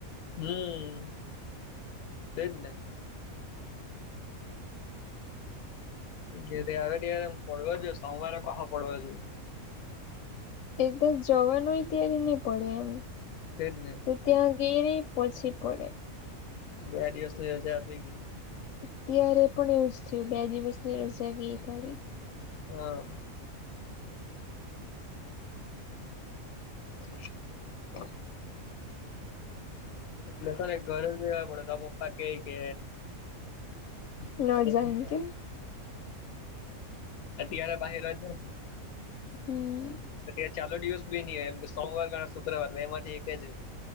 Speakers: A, on the left; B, on the left.
A: હમ્મ તેજ ને. આવે ત્યારે હું પડવા જો સોવારે પાહો પડવા જો.
B: એકદર જવાનુંય ત્યારે નહી પડે એમ.
A: તેજને.
B: તો ત્યાં ઘેરે પછી પડે.
A: બે દિવસ સુધી રજા આપી ગઈ.
B: અત્યારે પણ એવુંજ થયું બે દિવસ ની રજા ગઈ તારી.
A: હા.
B: <inaudible>
A: હમ. લષણે ઘરે કેવા પડે તાર પપ્પા કેહિ કે
B: ન જાકે
A: હમ
B: <unintelligible>
A: અત્યારે પાહિ રાજા છે.
B: હમ્મ.
A: ત્યારે ચાલો દિવસ બી ની આયો એમ કે સોમવાર ગણો શુક્રવાર બે માંથી એક જ.